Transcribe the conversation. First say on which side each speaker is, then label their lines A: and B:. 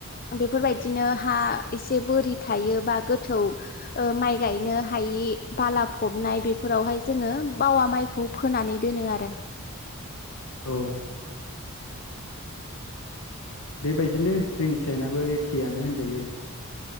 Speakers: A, on the left (about 40°); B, on the left (about 75°).
A: बेफोरबायदिनो हा एसे बोरि थायो बा गोथौ ओ माइ गायनो हायि बिदि बाला फबनाय बेफोरावहाय जोङो बावा माइखौ फोनानै दोनो आरो
B: औ। बेबायदिनो जोंनि साइनाबो एखेआनो होनजायो।